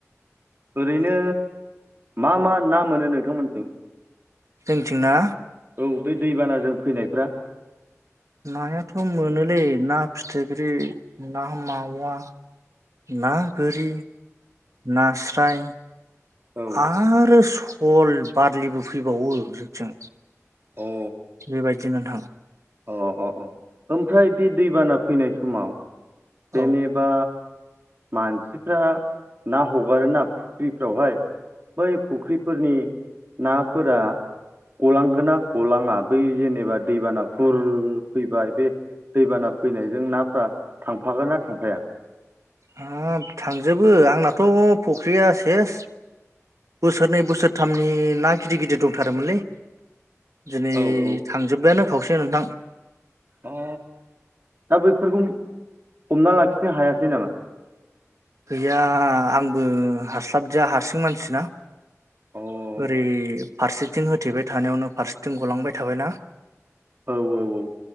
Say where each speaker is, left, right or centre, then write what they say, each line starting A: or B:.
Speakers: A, on the right; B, on the right.
A: ओरैनो मा मा ना मोनो नोंथांमोनथिं?
B: जोंथिंना?
A: औ बे दैबानाजों फैनायफ्रा
B: नायाथ' मोनोलै ना फिथिख्रि, ना मावा ना गोरि नास्राय
A: औ
B: आरो सल, बारलिबो फैबावो जोंथिं।
A: अ
B: बेबायदि नोंथां।
A: अ अ अ ओमफ्राय बे दैबाना फैनाय समाव जेनेबा
B: औ
A: मानसिफ्रा ना हगारोना फुख्रिफ्रावहाय बै फुख्रिफोरनि नाफोरा गलांगोना गलाङा? बै जेनेबा दैबाना हुर फैबाय बे दैबाना फैनायजों नाफ्रा थांफागोन ना थांफाया?
B: हाब थांजोबो आंनाथ' फख्रिया सेस बोसोरनै बोसोरथामनि ना गिदिर गिदिर दंथारोमोनलै दिनै
A: औ औ
B: थांजोब्बायानो खावसे नोंथां।
A: अ दा बैफोरखौ हमना लाखिनो हायासै नामा?
B: गैया आंबो हास्लाबदिया हारसिं मानसिना
A: अ औ
B: ओरै फारसेथिं होथेबाय थानायावनो फारसेथिं गलांबाय थाबायना।
A: औ औ औ।